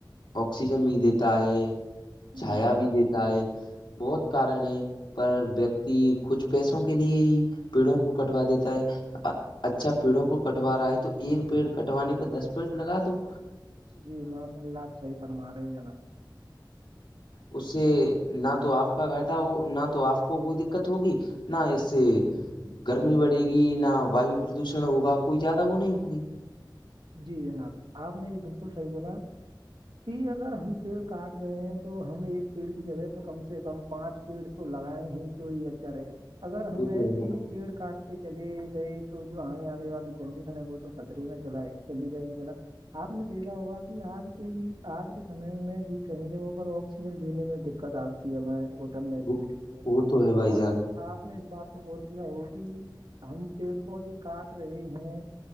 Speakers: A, on the left (about 80°); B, on the right (about 75°).
A: آکسیجن بھی دیتا ہے چھایا
B: جی جناب
A: بھی دیتا ہے بہت کارن ہے پر ویکتی کچھ پیسوں کے لیے ہی پیڑوں کو کٹوا دیتا ہے اچھا پیڑوں کو کٹوا رہا ہے تو ایک پیڑ کٹوانے پ دس پیڑ لگا دووں
B: جی ماشاء اللہ آپ صحیح فرما رہے ہو جناب
A: اس سے نہ تو آپ کا گھاٹا ہو نہ تو آپ کو کوئی دقت ہوگی نہ اس سے گرمی بڑے گی نہ وایو پردوشن ہوگا کوئی زیادہ وہ نہیں ہوگی
B: جی جناب آپ نے یہ بالکل صحیح بولا کہ اگر ہم پیڑ کاٹ رہے ہیں تو ہم ایک پیڑ کی جگہ پہ کم سے کم پانچ پیڑ تو لگائیں ہی تو یہ اچھا رہے گا اگر ہم
A: وہ
B: ایسے
A: تو ہے جناب
B: ہی پیڑ کاٹ چلی گئی تو جو آگ آنے والی جنری س وہ تو خطرے میں چلائے چلی جائے گی جناا آپ نے دیکھا ہوگا کہ آج کے بھی آج کے سمے میں بھی کئی جگہوں پر آکسیجن لینے میں د دقت آتی ہے ہمیں اٹھن محسوس
A: وہ
B: ہوتی ہے
A: وہ تو بھائی
B: اور
A: جان
B: آپ نے اس بات پ غور کیا ہو کہ ہم پیڑ پودے کاٹ رہے ہیں